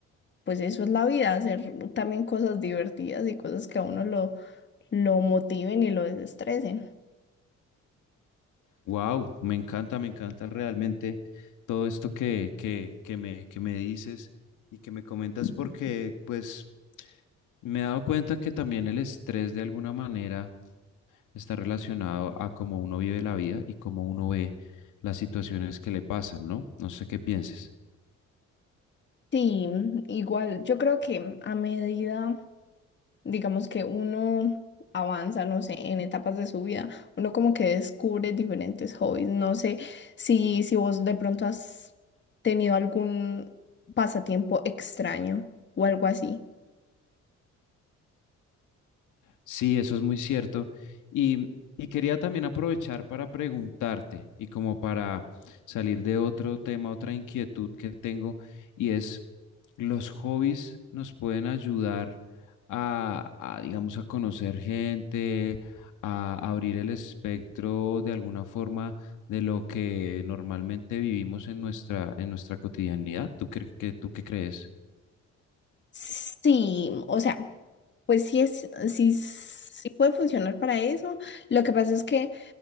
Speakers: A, on the left; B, on the left.
A: pues eso es la vida, hacer también cosas divertidas y cosas que a uno lo, lo motiven y lo desestresen.
B: Wow, me encanta, me encanta realmente todo esto que, que, que me, que me dices y que me comentas porque pues me he dado cuenta que también el estrés de alguna manera está relacionado a cómo uno vive la vida y cómo uno ve las situaciones que le pasan, ¿no? No sé qué pienses.
A: Sí, mm, igual yo creo que a medida, digamos que uno avanza, no sé, en etapas de su vida, uno como que descubre diferentes hobbies. No sé si, si vos de pronto has tenido algún pasatiempo extraño o algo así.
B: Sí, eso es muy cierto. Y, y quería también aprovechar para preguntarte y como para salir de otro tema, otra inquietud que tengo, y es, ¿los hobbies nos pueden ayudar a, a, digamos, a conocer gente, a abrir el espectro de alguna forma de lo que normalmente vivimos en nuestra, en nuestra cotidianidad? ¿Tú qué, qué- tú qué crees?
A: Sí, o sea, pues sí es, sí, sí puede funcionar para eso. Lo que pasa es que